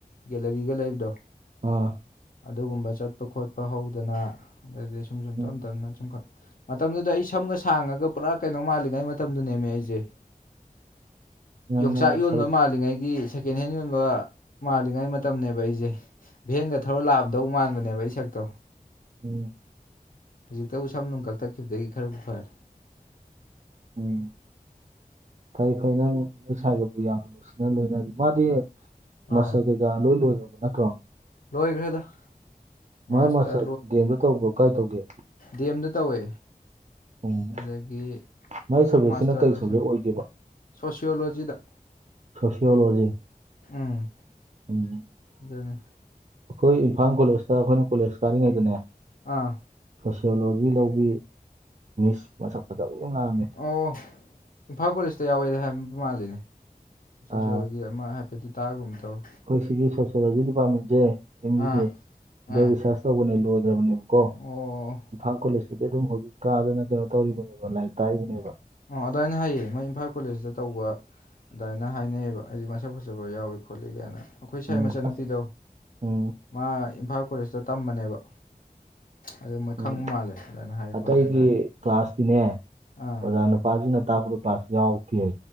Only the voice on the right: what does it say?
ꯑꯥ
ꯎꯝ
ꯅꯪꯅ
ꯁꯔꯨꯛ
ꯎꯝ
ꯎꯝ ꯐꯩ ꯐꯩ ꯅꯪ ꯅꯣꯏ ꯏꯁꯥꯏꯒꯕꯨ ꯌꯥꯝꯅ ꯅꯨꯡꯁꯤꯅꯅ ꯂꯣꯏꯅꯔꯤ ꯃꯥꯗꯤ
ꯃꯁꯛ ꯀꯩꯀꯥ ꯂꯣꯏ ꯂꯣꯏꯈ꯭ꯔꯕ ꯅꯠꯇ꯭ꯔꯣ
ꯃꯔꯛ ꯃꯁꯛ ꯒꯦꯝꯗꯣ ꯇꯧꯕ꯭ꯔꯣ ꯀꯥꯏ ꯇꯧꯒꯦ
ꯎꯝ
ꯃꯥꯏ ꯁꯕꯖꯦꯛꯁꯤꯅ
ꯀꯩ ꯁꯕꯖꯦꯛ ꯑꯣꯏꯒꯦꯕ
ꯁꯣꯁꯤꯌꯣꯂꯣꯖꯤ
ꯎꯝ
ꯑꯩꯈꯣꯏ ꯏꯝꯐꯥꯜ ꯀꯣꯂꯦꯖꯇ ꯑꯩꯈꯣꯏꯅ ꯀꯣꯂꯦꯖ ꯀꯥꯔꯤꯉꯩꯗꯅꯦ
ꯁꯣꯁꯤꯌꯣꯂꯣꯖꯤ ꯂꯧꯕꯤ ꯃꯤꯁ ꯃꯁꯛ ꯐꯖꯕ ꯂ ꯅꯥꯑꯝꯃꯤ
ꯑꯥ
ꯑꯩꯈꯣꯏ ꯁꯤꯒꯤ ꯁꯣꯁꯤꯌꯣꯂꯣꯖꯤ ꯗꯤꯄꯥꯔꯠꯃꯦꯟꯁꯦ ꯑꯦꯝ
ꯌꯨꯒꯤ ꯁꯤꯗ
ꯔꯤꯁꯥꯔꯁ ꯇꯧꯕꯅꯦ ꯂꯣꯏꯈ꯭ꯔꯕꯅꯦꯕꯀꯣ
ꯏꯝꯐꯥꯜ ꯀꯣꯂꯦꯖꯇꯗꯤ ꯑꯗꯨꯝ ꯍꯧꯖꯤꯛ ꯀꯥꯗꯅ ꯀꯩꯅꯣ ꯇꯧꯔꯤꯕꯅꯦꯕ ꯂꯥꯏꯔꯤꯛ ꯇꯥꯛꯏꯕꯅꯦꯕ
ꯎꯝ
ꯑꯁ ꯎꯝ
ꯎꯝ
ꯑꯇꯩꯒꯤ
ꯀ꯭ꯂꯥꯁꯇꯤꯅꯦ
ꯑꯣꯖꯥ ꯅꯨꯄꯁꯤꯡ ꯅ ꯇꯥꯛꯄꯗ ꯄꯥꯛ ꯌꯥꯎꯗꯦ